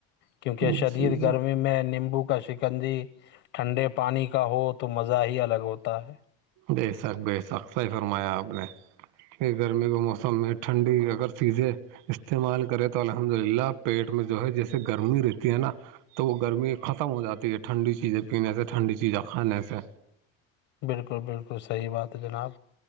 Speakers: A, on the left (about 55°); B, on the right (about 75°).
A: کیونکہ
B: جی
A: شدید گرمی
B: جی
A: میں نیمبو کا شکنجی ٹھنڈے پانی کا ہو تو مزہ ہی الگ ہوتا ہے
B: بے شک بے شک صحیح فرمایا آپ نے کہ گرمی کا موسم میں ٹھنڈی اگر سیزیں <unintelligible> استعمال کرے تو الحمد للہ پیٹ میں جو ہے جیسے گرمی رہتی ہے نا تو وہ گرمی ختم ہو جاتی ہے ٹھنڈی چیزیں پینے سے ٹھنڈی چیزیں کھانے سے
A: بالکل بالکل صحیح بات ہے جناب